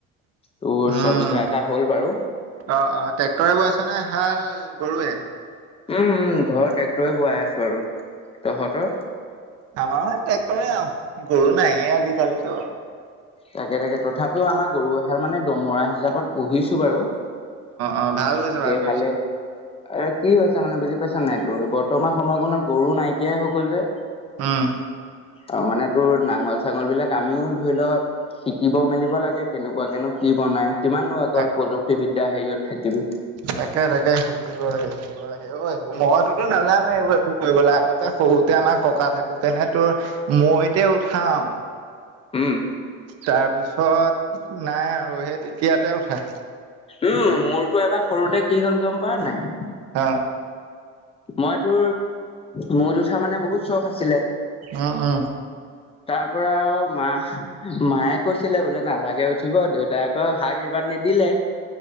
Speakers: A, on the left (about 20°); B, on the right (about 55°).
A: তোৰ
B: উম।
A: চবিঘা এটা হ'ল বাৰু
B: অ অ <unintelligible> হাল গৰুৱে
A: উম ঘৰৰ ট্ৰেক্টৰে বোৱাই আছো আৰু তহঁতৰ
B: আমাৰেও ট্ৰেক্টৰে আও গৰু নাইয়ে আজিকালিতো
A: তাকে তাকে তথাপিও আমাৰ গৰু এহাল মানে দমৰা হিচাপত পুহিছো বাৰু
B: অ ভাল কৰিছে ভাল
A: এহালে
B: কৰিছে
A: এ কি হৈছে মানে বুজি পাইছ নাই তোৰ বৰ বৰ্তমান সময়কণত গৰু নাইকিয়াই হৈ গ'ল যে
B: উম
A: অ মানে তোৰ নাঙল চাঙল বিলাক আমিও ধৰি ল শিকিব মেলিব লাগে। কেনেকুৱাকে নো কি বনায়? কিমাননো অকল
B: তাক
A: প্ৰযুক্তিবিদ্যা হেৰিয়ত থাকিবি।
B: তাকে, তাকে, শিকিব লাগে। শিকিব লাগে ঐ। মইতোতো নাজানোৱে এইবোৰ একো কৰিবলে আগতে সৰুতে আমাক ককা থাকোতেনে তোৰ মৈতে উঠাও
A: উম,
B: তাৰপিছত ওচৰত নাই আৰু, সেই তেতিয়াতে উঠা।
A: উম, মোৰতো এবাৰ সৰুতে কি হ'ল গম পাৱ নাই?
B: অঁ।
A: মই তোৰ মৈ'ত উঠা মানে বহুত চখ আছিলে।
B: অ' অ'।
A: তাৰ পৰা আৰু মা-মায়ে কৈছিলে বোলে নালাগে উঠিব, দেউতাই আকৌ হাগ কিবা নিদিলে,